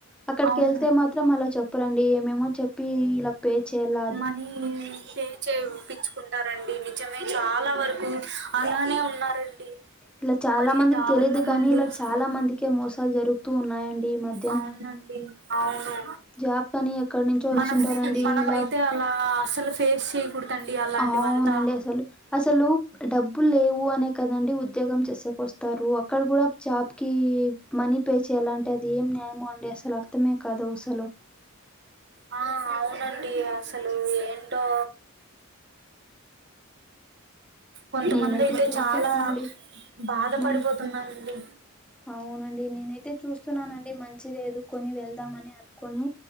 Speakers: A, in the centre; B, on the right (about 55°).
A: అక్కడి
B: అవును
A: వెళ్తే మాత్ర మాత్రం అలా చెప్పరండి ఏమేమో చెప్పి ఇల పే చేయ్యాలా
B: మనీ ఫే చేయో పించు కుంటారండి నిజమే చాలా వరకు అలానే ఉన్నారండి
A: ఇలా చాలా
B: మరీ
A: మందికి
B: దారుణం
A: తెలీదు కాని
B: అండి
A: ఇలా
B: అసలు
A: చాలా మందికే మోసాలు జరుగుతూ ఉన్నాయండి ఈ మధ్య
B: అవునండి అవును
A: జాబ్ కని ఎక్కడి నుంచో
B: మనం
A: వచ్చింటారండి
B: మనం
A: ఇలా
B: అయితే అలా అసలు ఫేస్ చే ప్పుడుతండి అలాంటివంతా
A: అవునండి అసలు అసలు డబ్బులు లేవు అనే కదండి ఉద్యో ఉద్యోగం చేసేక వస్తారు అక్కడ గూడా జాబ్ కి మనీ పే చేయ్యాలంటే అది ఏం న్యాయమో అండి అసలు అ అర్థమే కాదు అసలు
B: ఆ అవునండి అసలు ఏంటో కొంతమంది
A: నేనైతే
B: అయితే
A: చూస్తున్నానండి
B: చాలా బాధ
A: మన్
B: పడిపోతున్నారండి
A: అవునండి నేనైతే చూస్తున్నానండి మంచిది ఎదుకొని వెళ్దామని అనుకొని